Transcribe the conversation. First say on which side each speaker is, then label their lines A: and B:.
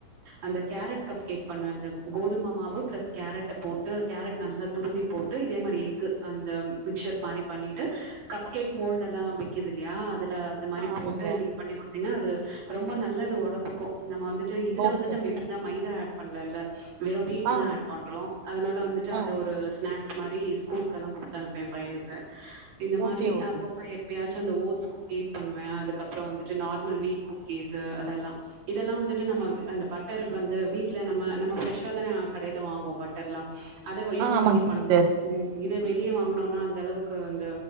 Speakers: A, on the right; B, on the right.
A: அந்த கேரட் கப் கேக் பண்ணுவேன் அந்த கோதுமமாவ் வு ப்ளஸ் கேரட்ட போட்டு கேரட் நல்லா துரும்பி போட்டு இதே மாரி எகஃகு அந்த மிக்சர் மாரி பண்ணிட்டு கப் கேக் மௌல்டுல்லாம் விக்குது இல்லையா துல அந்த மாரி
B: ஆ ஆமாங்க
A: போட்டு நீங்க பண்ணி கொடுத் னா அது ரொம்ப நல்லது ஒடம்புக்கும் நம்ம வந்து இதுல
B: ஓகே
A: வந்து நம்ம எப்டிருந்தா மைதா ஆட் பண்லல்ல வெறும் <unintelligible>
B: ஆ
A: தா ஆட் பண்றோ அதனால வந்துட்டு
B: ஆ
A: அத ஒரு ஸ்நாக் க்ஸ் மாரி ஸ்கூல்கெல்லா குடுத் அனுப்வே எ பைனுக்கு இந்த மாதிரி
B: ஓகே ஓகேங்க
A: அப்பப்ப எப்பயாச் அந்த ஓட்ஸ் குக்கீஸ் பண்ணுவே அதுக்கப்றோ வந்துட்டு நார்மல் வீட் குக்கீஸ்சு அதெல்லா இதெல்லா வந்துட்டு நம்ம அ அந்த பட்டர் வந்து வீட்ல நம்ம நம்ம ப்ரெஷ்ஷா தானே கடைல வாங்குவோ பட்டர்ல்லா அத வ யூஸ்
B: ஆ ஆமாங்க
A: பண்ணி பண்லா
B: சிஸ்டர்
A: உம் இதே வெளியே வாங்னோனா அந்த அளவுக்கு அந்த